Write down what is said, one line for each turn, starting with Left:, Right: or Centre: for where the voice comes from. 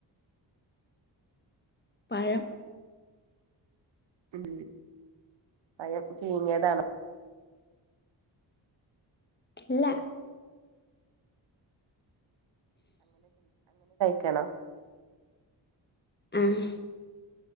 Left: പഴം
Right: ഉം പയം പീങ്ങിയതാണോ
Left: അല്ല
Right: കണോ
Left: ആഹ